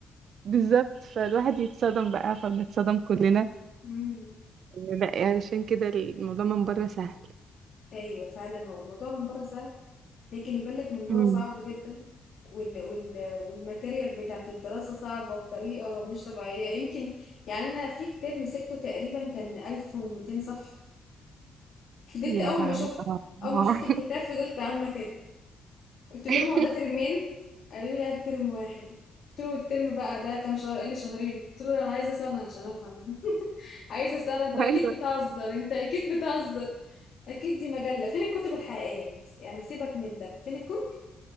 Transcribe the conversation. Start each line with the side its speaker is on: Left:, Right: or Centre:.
Right: بالظبط فالواحد يتصدم بقى فبنتصدم كلنا
Left: مم.
Right: إن لا يعني عشان كده الموضوع من بره سهل
Left: ايوه فعلا هو الموضوع من بره سهل لكن يبان لك من جوه
Right: امم
Left: صعب جدا وال وال والماتيريال بتاعت الدراسة صعبة بطريقة مش طبيعية يمكن يعني أنا في كتاب مسكته تقريبا كان 1200 صفحة فضلت
Right: يا
Left: أول
Right: لهوي
Left: ما شفت
Right: اه
Left: أول ما
Right: آه.
Left: شفت الكتاب فضلت عاملة كده قلت لهم
Right: <laughs>
Left: هو ده ترمين قالوا لي لا ده ترم واحد قلت له الترم بقى ده كام شهر قال لي شهرين قلت له أنا عايزة سنة عشان أفهم <laughs> عايزة سنة أنت أكيد
Right: ايوه
Left: بتهزر أنت أكيد بتهزر اكيد دي مجلة فين الكتب الحقيقية بس يعني سيبك من ده فين الكتب